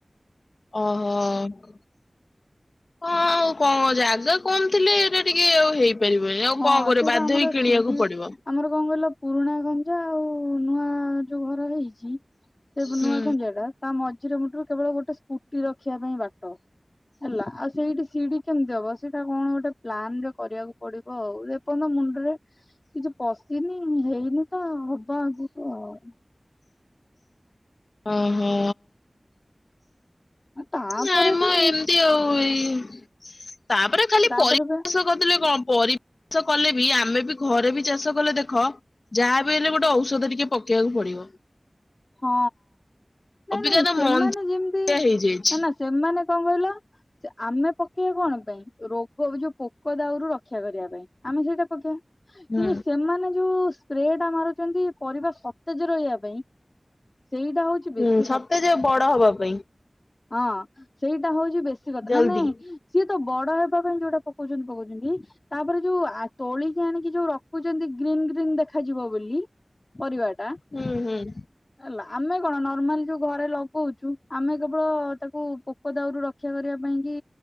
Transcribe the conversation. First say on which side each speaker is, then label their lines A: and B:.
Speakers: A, on the left (about 70°); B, on the left (about 45°).
A: ଓହୋ। ହଁ ଆଉ କଣ ଜାଗା କମ ଥିଲେ ଏଇଟା ଟିକେ ଆଉ ହେଇ ହେଇ ପାରିବନି ଆଉ
B: ହଁ
A: କଣ କରିବ
B: ସେ
A: ବାଧ୍ୟ
B: ବା ଆମର
A: ହେଇ କିଣିବାକୁ
B: ସିଡି
A: ପଡିବ।
B: ଆମର କଣ କହିଲ ପୁରୁଣା ଖନଯା ଆଉ ନୂଆ ଯୋଉ ଘର ହେଇ ଚି ସେ
A: ହୁଁ।
B: ନୂଆଖଞ୍ଜା ଟା ତା ମଝିରେ ମୁଟୁରେ କେବଳ ଗୋଟେ ସ୍କୁଟି ରଖି ଦେଖିବା ପାଇଁ ବାଟ ହେଲା ଆଉ ସେଇଠି ସିଡି କେମିତି ହବ ସେଇଟା କଣ ଗୋଟେ ପ୍ଲାନ ରେ କରିବାକୁ ପଡିବ। ଉ ଏପର୍ଯ୍ୟ ମୁଣ୍ଡରେ କିଛି ପଶିନି ହେଇନି ତ <unintelligible>
A: ଓ ହୋ।
B: ତାପରେ
A: ନାଇଁ ମ
B: ବି
A: ଏମିତି ଆଉ ଏ ତାପରେ ଖାଲି
B: ତାପରେ
A: ପରିବେଶ
B: ବି
A: କରିଦଲେ କଣ ପରି। ଚାଷ କଲେ ବି ଆମେ ବି ଘରେ ବି ଚାଷ କଲେ ଦେଖ ଯାହାବି ହେଲେ ଗୋଟେ ଔଷଧ ଟିକେ ପକେଇବାକୁ ପଡିବ।
B: ହଁ ନାଇଁ
A: ଅବିକା
B: ନାଇଁ
A: ତ
B: ସେମାନେ
A: ମଞ୍ଜିଆ
B: ଯେମିତି
A: ହେଇଯାଇଛି।
B: ସେମାନେ କଣ କହିଲ ସେ ଆମେ ପକେଇବା କଣ ପାଇଁ ରୋଗ ଯୋଉ ପୋକ ଦାଉରୁ ରକ୍ଷା କରିବା ପାଇଁ ଆମେ ସେଇଟା ପକେଇବା
A: ହୁଁ
B: କିନ୍ତୁ ସେମାନେ ଯୋଉ ସ୍ପ୍ରେ ଟା ମାରୁଛନ୍ତି ପରିବା ସତେଜ ରହିବା ପାଇଁ ସେଇଟା ହଉଛି ବେଶୀ
A: ହୁଁ ସତେଜ
B: ଖତରନାକ।
A: ବଡ ହବା ପାଇଁ
B: ହଁ ସେଇଟା ହଉଛି ବେଶୀ ଖତରନାକ
A: ଜଲଦି।
B: ନା ନାଇଁ ସିଏ ତ ବଡ ହେବା ପାଇଁ ଯୋଉଟା ପକଉଛନ୍ତି ପକଉଛନ୍ତି ତାପରେ ଯୋଉ ତୋଳିକି ଆଣିକି ଯୋଉ ରକ୍ କହୁଛନ୍ତି ଗ୍ରୀନ୍ ଗ୍ରୀନ୍ ଦେଖାଯିବ ବୋଲି ପରିବାରେ
A: ହୁଁ ହୁଁ।
B: ହେଲା ଆମେ କଣ ନର୍ମାଲି ଯୋଉ ଘରେ କହୁଛୁ ଆମେ କେବଳ ତାକୁ ପୋକ ଦାଉରୁ ର ରକ୍ଷା କରିବା ପାଇଁ କି